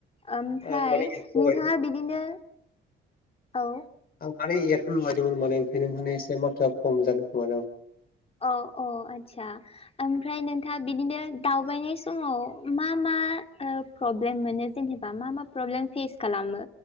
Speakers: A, on the left; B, on the left.
A: ओमफ्राय
B: आं माने इयारफन लगायदोंमोन
A: नोंथाङा बिदिनो औ।
B: आं माने इयारफन लुबायदोंमोन माने ओंखायनो माने एसे माथोआ खम जादों खोमादां।
A: औ-औ आतसा। ओमफ्राय नोंथाङा बिदिनो दावबायनाय समाव मा मा ओ प्रब्लेम मोनो जेनेबा मा मा प्रब्लेम फेस खालामो।